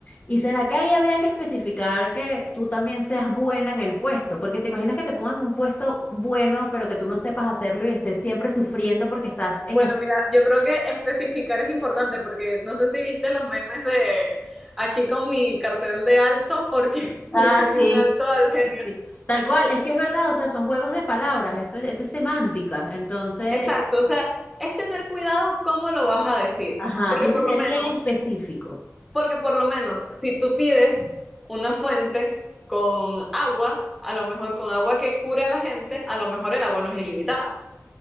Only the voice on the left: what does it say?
¿Y será que ahí habría que especificar que tú también seas buena en el puesto? Porque te imaginas que te pongan un puesto bueno, pero que tú no sepas hacerlo y estés siempre sufriendo porque estás
en eso.
Ah,
sí.
Sí, sí. Tal cual, es que es verdad, o sea, son juegos de palabras, eso es, eso es semántica. Entonces,
ajá,
tienes
que
ser
bien específico.